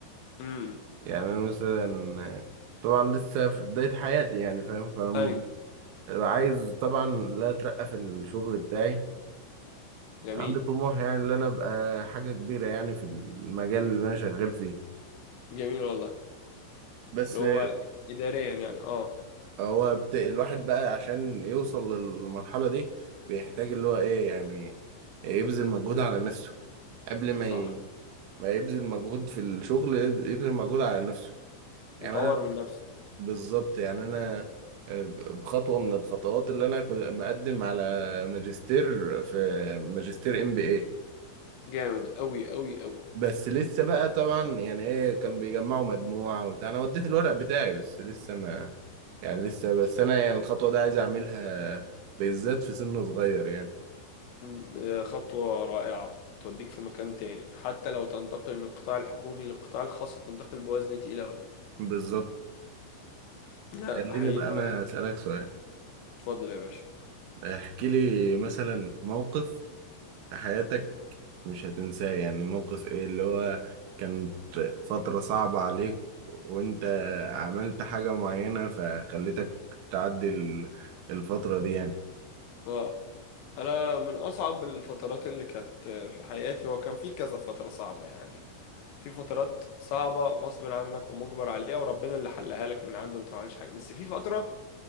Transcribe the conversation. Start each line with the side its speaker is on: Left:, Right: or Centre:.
Left: امم
Right: يعني انا مثلا آه، طبعا لسه في بداية حياتي يعني فاهم
Left: ايوه
Right: عايز طبعا لا اترقى في الشغل بتاعي
Left: جميل
Right: عندي طموح يعني ان انا ابقى حاجه كبيره يعني في المجال اللي انا شغال فيه
Left: جميل والله
Right: بس
Left: اللي هو
Right: آه،
Left: اداريا يعني اه
Right: هو بت... الواحد بقى عشان يوصل للمرحله دي بيحتاج اللي هو ايه يعني يبذل مجهود على نفسه قبل ما
Left: صح
Right: ي... ما يبذل مجهود في الشغل يب- يبذل مجهود على نفسه يعني
Left: يطور
Right: انا
Left: من نفسه
Right: بالظبط يعني انا آه، خطوه من الخطوات اللي انا كنت مقدم على ماجستير في ماجستير ام بي اي،
Left: جامد قوي قوي قوي
Right: بس لسه بقى طبعا يعني ايه كان بيجمعوا مجموعة وبتاع انا وديت الورق بتاعي بس لسه ما يعني لسه بس انا يعني الخطوة دي عايز اعملها بالذات في سن صغير يعني
Left: م- آه، خطوة رائعة توديك في مكان تاني حتى لو تنتقل من القطاع الحكومي للقطاع الخاص هتنتقل بوزن تقيل قوي
Right: بالظبط
Left: لا
Right: خليني
Left: احييك
Right: بقى انا
Left: عليها
Right: اسألك سؤال
Left: اتفضل يا باشا
Right: احكي لي مثلا موقف في حياتك مش هتنساه يعني موقف ايه اللي هو كانت فترة صعبة عليك وانت عملت حاجة معينة فخلتك تعدي ال- الفترة دي يعني
Left: اه انا من اصعب الفترات اللي كانت في حياتي هو كان في كذا فترة صعبة يعني في فترات صعبة غصب عنك ومجبر عليها وربنا اللي حلها لك من عنده انت ما عملتش حاجة بس في فترة